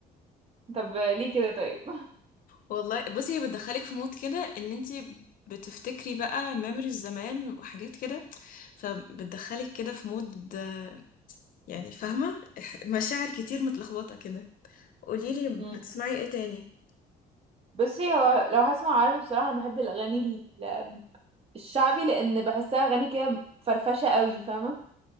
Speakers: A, on the right; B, on the left.
A: طب ليه كده طيب
B: والله بصي هي بتدخلك في مود كده ان انتي بتفتكري بقى ميموريز زمان وحاجات كده فبتدخلك كده في مود آه، يعني فاهمة إح- مشاعر كتير متلخبطة كده قوليلي بتسمعي
A: <laughs> مم.
B: ايه تاني
A: بصي هو لو هسمع عربي بصراحه انا بحب الاغاني الشعبي لان بحسها اغاني كده فرفشه قوي فاهمه